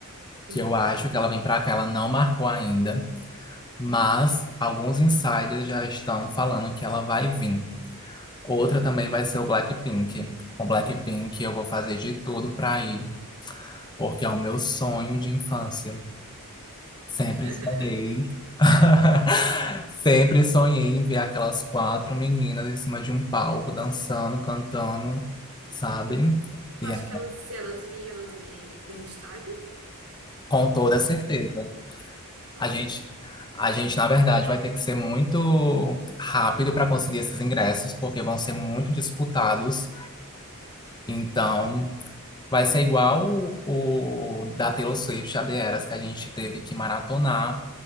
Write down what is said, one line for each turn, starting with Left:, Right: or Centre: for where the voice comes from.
Right: Hum.
Left: que eu acho que ela vem pra cá, ela não marcou ainda. Mas alguns insiders já estão falando que ela vai vir. Outra também vai ser o Blackpink. Com Blackpink eu vou fazer de tudo pra ir, porque é o meu sonho de infância. Sempre
Right: <laughs>
Left: sonhei. <laughs> Sempre sonhei em ver aquelas quatro meninas em cima de um palco, dançando, cantando, sabe? E
Right: Tu acha
Left: aí,
Right: que elas, se elas vêm, elas vêm, vêm em estádio?
Left: com toda certeza.
Right: Top.
Left: A gente, a gente, na verdade, vai ter que ser muito rápido para conseguir esses ingressos, porque vão ser muito disputados. Então, Vai ser igual o, o da Taylor Swift, a The Eras, que a gente teve que maratonar,